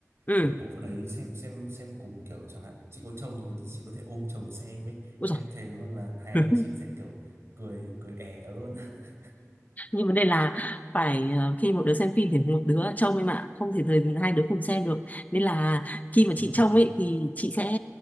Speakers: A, on the left; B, on the right.
A: ừ.
B: kiểu bộ phận đấy xem xem xem cùng kiểu chẳng hạn chị có chồng rồi thì chị có thể ôm chồng xem ấy
A: Ôi
B: em
A: giời.
B: thề luôn là hai
A: <laughs>
B: anh chị sẽ kiểu cười cười ẻ luôn <laughs>
A: nhưng vấn đề là phải ờ, khi một đứa xem phim thì một đứa trông em ạ không thể thời hai đứa cùng xem được nên là khi mà
B: đó
A: chị trông ấy thì chị sẽ